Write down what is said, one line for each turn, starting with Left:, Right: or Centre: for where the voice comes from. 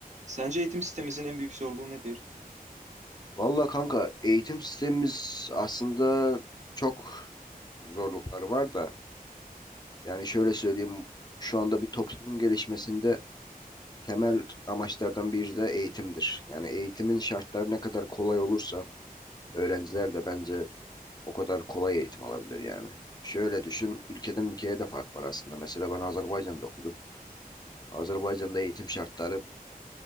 Right: Sence eğitim sistemimizin en büyük zorluğu nedir?
Left: Valla kanka eğitim sistemimiz aslında çok zorlukları var da yani şöyle söyleyeyim şu anda bir toplumun gelişmesinde temel amaçlardan biri de eğitimdir. Yani eğitimin şartları ne kadar kolay olursa öğrenciler de bence o kadar kolay eğitim alabilir yani. Şöyle düşün ülkeden ülkeye de fark var aslında. Mesela ben Azerbaycan'da okudum. Azerbaycan'da eğitim şartları